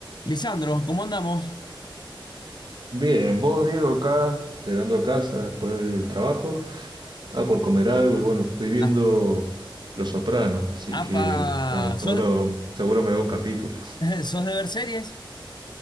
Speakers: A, on the left; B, on the right.
A: Lisandro, ¿cómo andamos?
B: Bien, vos Diego acá, llegando a casa después del trabajo, estaba por comer algo y bueno, estoy viendo
A: Ah,
B: Los Sopranos, así
A: apa,
B: que nada,
A: ¿sos,
B: seguro, seguro me veo un capítulo.
A: <laughs> sos de ver series?